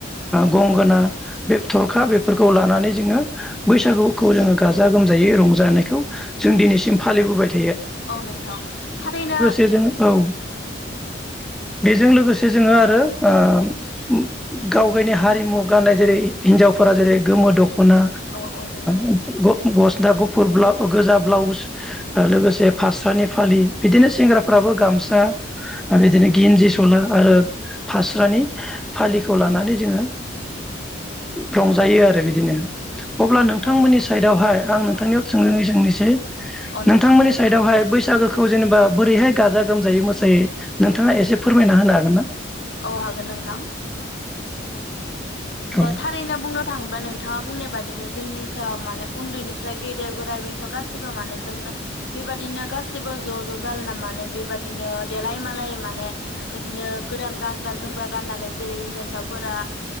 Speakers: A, in the centre; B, on the left (about 65°).
A: गंगोना बे थरखा बेफोरखौ लानानै जोङो बैसागुखौ जोङो गाजा गोमजायै रंजानायखौ जों दिनैसिम फालिबोबाय थ
B: औ नोंथां थारैनो।
A: जों औ।
B: औ
A: बेजों लोगोसे जोङो आरो ओ गाव गावनि हारिमु गाननाय जेरै हिनजावफोरा जेरै गोमो दख ना
B: औ औ नंगौ
A: ओ गस्ला गुफुर गोजा ब्लाउस लोगोसे फास्रानि फालि बिदिनो सेंग्रा फ्राबो गामसा बिदिनो गिनजि सला आरो फास्रानि फालिखौ लानानै जोंओ रंजायो आरो बिदिनो अब्ला
B: औ
A: नोंथांमोननि
B: नंगौ नोंथां
A: साइडआवहाइ आं नोंथांनियाव
B: औ औ
A: सोंनानै
B: औ नोंथां
A: नोंथांमोननि
B: सोंजागोन
A: साइडआवहाय बैसागोखौ जेनेबा बोरैहाय गाजार <unintelligible> रंजायै मोसायै नोंथाङा एसे फोरमायना होनो हागोन ना
B: औ हागोन नोंथां
A: औ
B: थारैनो बुंनो थाङोबा नोंथाङा बुंनाय बादि जोंनि ओनसोलाव माने उन्दैनिफ्राय गेदेर बोराय बेनथ' गासैबो माने जोङो बेबादिनो गासैबो ज' ज' जालायना माने बेबादिनो देलाय मालाय माने बिदिनो गोदान गानग्रा जोमग्रा गाननानै जेरै हिनजावसाफोरा